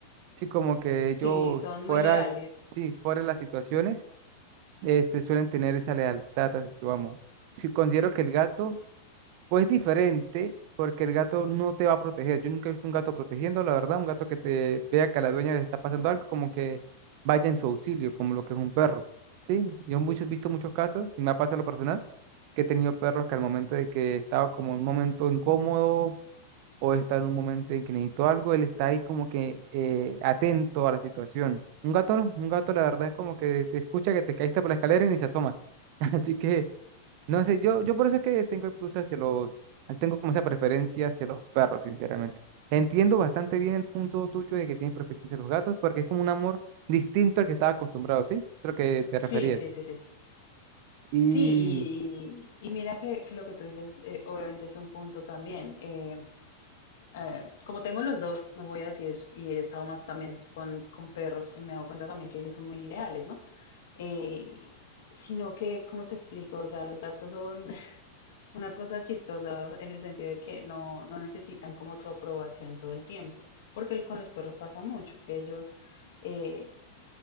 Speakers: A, on the right; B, on the left.
A: Sí, como que ellos
B: Sí, son
A: fuera,
B: muy leales.
A: sí, fuera de las situaciones, este, suelen tener esa lealtad hacia su amo. Sí, considero que el gato Pues diferente, porque el gato no te va a proteger. Yo nunca he visto un gato protegiendo, la verdad, un gato que te vea que a la dueña le está pasando algo, como que vaya en su auxilio, como lo que es un perro. Sí, yo he visto muchos casos, y me ha pasado en lo personal, que he tenido perros que al momento de que estaba como en un momento incómodo o está en un momento en que necesito algo, él está ahí como que eh, atento a la situación. Un gato no, un gato la verdad es como que te escucha que te caíste por la escalera y ni se asoma. <laughs> Así que no sé, yo, yo por eso es que tengo el plus hacia los, tengo como esa preferencia hacia los perros, sinceramente. Entiendo bastante bien el punto tuyo de que tienes preferencia hacia los gatos, porque es como un amor distinto al que estaba acostumbrado, ¿sí? Es a lo que te referías.
B: Sí, sí, sí, sí. Sí,
A: Y
B: Sí, y, y mira que, que lo que tú dices, eh, obviamente es un punto también. eh, eh, como tengo los dos, no voy a decir, y he estado más también con, con perros, y me he dado cuenta también que ellos son muy leales, ¿no? Eh, sino que, ¿cómo te explico? O sea, los gatos son <laughs> una cosa chistosa en el sentido de que no, no necesitan como tu aprobación todo el tiempo, porque el- con los perros pasa mucho, que ellos... eh,